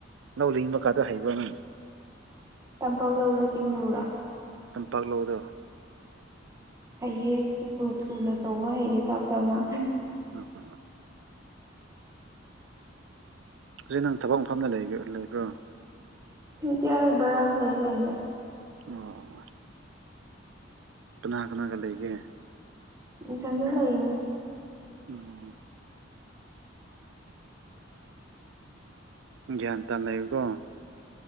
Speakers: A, on the right (about 70°); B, on the right (about 15°).
A: ꯂꯧ ꯂꯤꯡꯕꯒꯗꯣ ꯍꯩꯕ꯭ꯔꯥ ꯅꯪ
B: ꯇꯝꯄꯥꯛ ꯂꯧꯔꯥ ꯆꯤꯡ ꯂꯧꯔꯥ
A: ꯇꯝꯄꯥꯛ ꯂꯧꯗꯣ
B: ꯍꯩꯌꯦ ꯑꯗꯨꯕꯨ ꯊꯨꯅ ꯇꯧꯕ ꯍꯩꯇꯦ ꯇꯞ ꯇꯞꯅ
A: ꯎꯝ <inaudible> ꯍꯧꯖꯤꯛ ꯅꯪ ꯊꯕꯛ ꯃꯐꯝꯗ ꯂꯩ ꯂꯩꯕ꯭ꯔꯣ
B: ꯚꯥꯔꯥ ꯗ ꯂꯩ ꯔ°ꯟꯇ‌
A: ꯑꯣ ꯀꯅꯥ ꯀꯅꯥꯒ ꯂꯩꯒꯦ
B: ꯁꯖ ꯂꯩꯅꯦ
A: ꯎꯝ ꯒ꯭ꯌꯥꯟ ꯇꯥ ꯂꯩꯕꯀꯣ